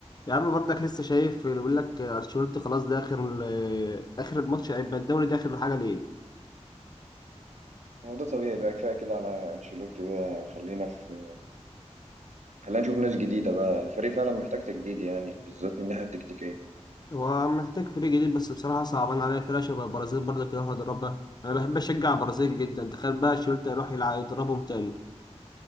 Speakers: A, on the left; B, on the right.
A: يا عم برضك لسه شايف اللي بيقول لك ارشيلوتي خلاص ده اخر ال- اخر الماتش هيبقى الدوري ده اخر حاجه ليه
B: هو ده طبيعي بقى كفايه كده على انشيلوتي بقى خلينا في خلينا نشوف ناس جديده بقى الفريق فعلا محتاج تجديد يعني بالذات من الناحيه التكتيكيه
A: هو محتاج فريق جديد بس بصراحة صعبان عليا فرقة شبه البرازيل برضك يروح يدربها أنا بحب أشجع البرازيل جدا تخيل بقى شولت يروح يلعب يدربهم تاني